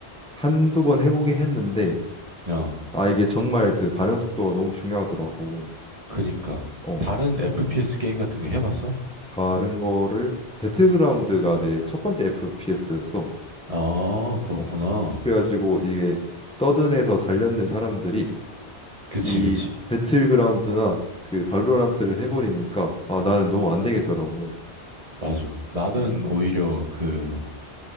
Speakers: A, in the centre; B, on the right (about 30°).
A: 한두 번 해보긴 했는데
B: 어,
A: 아, 이게 정말 그 반응 속도가 너무 중요하더라고.
B: 그니까.
A: 어.
B: 다른 FPS 게임 같은 거 해봤어?
A: 다른 거를 배틀그라운드가 내 첫 번째 FPS였어.
B: 아, 그렇구나.
A: 어. 그래가지고 이게 서든에서 단련된 사람들이
B: 그치,
A: 이
B: 그치.
A: 배틀그라운드나 그 발로란트를 해버리니까 아 나는 너무 안 되겠더라고.
B: 맞아. 나는
A: 음.
B: 오히려 그,